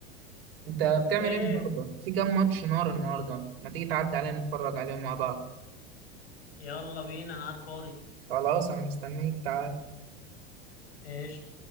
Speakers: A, on the right (about 70°); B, on the left (about 80°).
A: انت بتعمل
B: ايه
A: ايه النهارده في كام ماتش نار النهارده ما تيجي تعدي علينا نتفرج عليهم مع بعض
B: يلا بينا انا قاعد فاضي
A: خلاص انا مستنيك تعال
B: ايش